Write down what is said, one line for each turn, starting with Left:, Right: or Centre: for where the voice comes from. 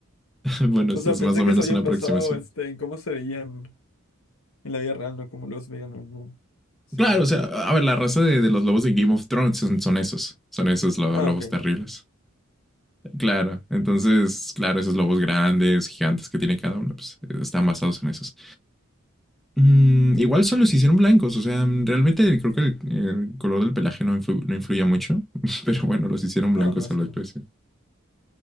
Centre: <laughs> Bueno,
Left: O
Centre: es,
Left: sea,
Centre: es
Left: pensé
Centre: más o
Left: que
Centre: menos
Left: se habían
Centre: una aproximación.
Left: basado este, en cómo se veían en la vida real, no cómo los veían en una serie.
Centre: Claro, o sea, a ver, la raza de, de los lobos de Game of Thrones son, son esos, son esos lo-
Left: Ah,
Centre: lobos
Left: ok.
Centre: terribles. Claro, entonces, claro, esos lobos grandes, gigantes que tiene cada uno, pues están basados en esos. Mm, igual solo se hicieron blancos, o sea, realmente creo que el, el color del pelaje no, influ- no influía mucho, <laughs> pero bueno, los hicieron
Left: No,
Centre: blancos
Left: no, eso
Centre: a la
Left: no.
Centre: especie.